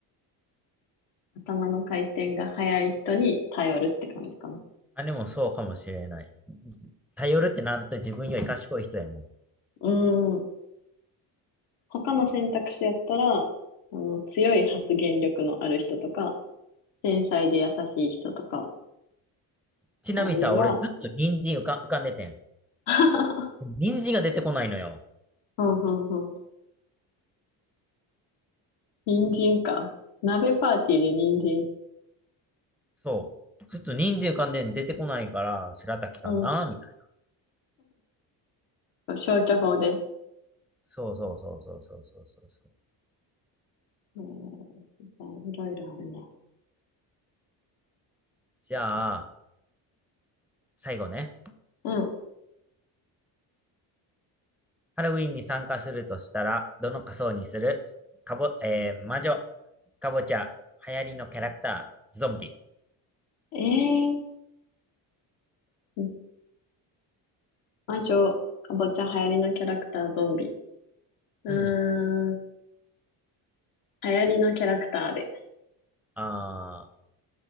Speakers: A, on the left; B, in the centre.
A: 頭の回転が速い人に頼るって感じかな。
B: あ、でもそうかもしれない。頼るってなると自分より賢い人やもん。
A: うん。他の選択肢やったら、あの、強い発言力のある人とか、繊細で優しい人とか、
B: ちなみにさ、
A: あるいは、
B: 俺ずっと人参浮か、浮かんでてん。
A: <laughs>
B: 人参が出てこないのよ。
A: うんうんうん。人参か。鍋パーティーで人参。
B: そう。ずっと人参浮かんでん出てこないから、白滝かなみたいな。
A: うん。消去法で。
B: そうそうそうそうそうそうそうそう。
A: えー、いろいろあるね。
B: じゃあ、最後ね。
A: うん。
B: ハロウィンに参加するとしたら、どの仮装にするかぼ、えー、魔女、かぼちゃ、流行りのキャラクター、ゾンビ。
A: えー、うん魔女、かぼちゃ、流行りのキャラクター、ゾンビ。うーん、
B: うん。
A: 流行りのキャラクターで。
B: あー